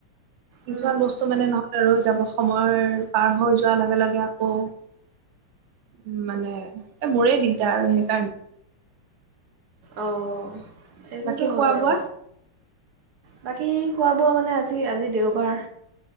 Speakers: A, on the right; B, on the right.
A: কিছুমান
B: উম,
A: বস্তু তো মানে নৰয় ৰৈ যাব, সময় পাৰ হৈ যোৱাৰ লগে লগে আকৌ উম, মানে এ, মোৰে দিগদাৰ আৰু সেইকাৰণে।
B: অ' সেইটোতো
A: বাকী
B: হয়
A: খোৱা
B: বাৰু।
A: বোৱা
B: বাকী খোৱা বোৱা মানে আজি, আজি দেওবাৰ।